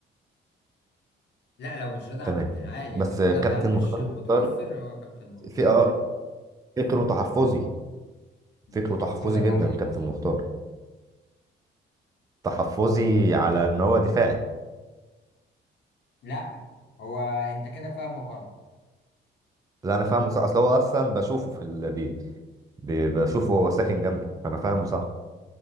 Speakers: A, on the left; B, on the right.
A: لا لو مش رضا
B: تمام
A: عبد العال
B: بس
A: يعني لو
B: كابتن
A: رضا عبد العال مش
B: مختار
A: متوفر
B: مختار
A: هو كابتن مختار
B: في
A: مختار
B: اه فكره تحفظي فكره
A: تحفظك
B: تحفظي جدا
A: على ايه
B: كابتن
A: بالظبط
B: مختار تحفظي على ان هو دفاعي
A: لا هو انت كده فاهمه غلط
B: لا انا فاهمه صح اصل هو اصلا بشوفه في البيت ب- بشوفه هو ساكن جنبي فانا فاهمه صح